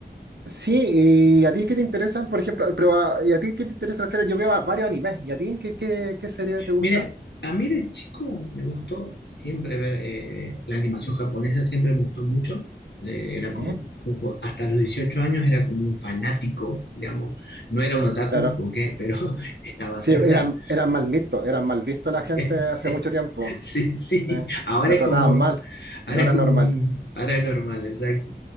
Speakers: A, on the right (about 75°); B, on the left (about 85°).
A: Sí, ¿y a ti qué te interesa? Por ejemplo, pero a, ¿y a ti qué te interesa la serie? Yo veo a- varios animes. ¿Y a ti qué, qué, qué serie te gusta?
B: mira, a mí de chico me gustó siempre ver eh, la animación japonesa, siempre me gustó mucho. Eh, era
A: Sí,
B: como, como- hasta los 18 años era como un fanático, digamos. No era un otaku,
A: claro.
B: porque, pero <laughs> estaba cerca.
A: Sí, eran, eran mal vistos, eran mal vistos
B: <laughs>
A: la gente hace mucho tiempo.
B: Sí, sí,
A: Sí,
B: ahora
A: nos
B: es
A: trataban
B: como,
A: mal.
B: ahora
A: Ahora
B: es como
A: es normal.
B: un, ahora es normal, exacto.